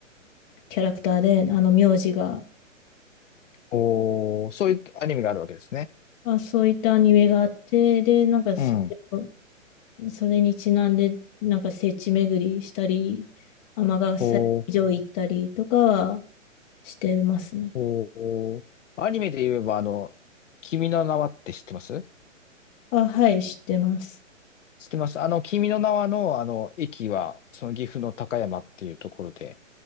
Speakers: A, on the left; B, on the left.
A: キャラクターで、あの名字が、
B: おー、そういうアニメがあるわけですね。
A: あ、そういったアニメがあって、で、なんかそれを、
B: うん。
A: それにちなんで、なんか聖地巡りしたり、尼崎城行ったりとかは
B: おー
A: してますね。
B: おーアニメで言えば、あの、君の名はって知ってます
A: あ、はい、知ってます。
B: 知ってます。あの、君の名はの、あの、駅は、その岐阜の高山っていうところで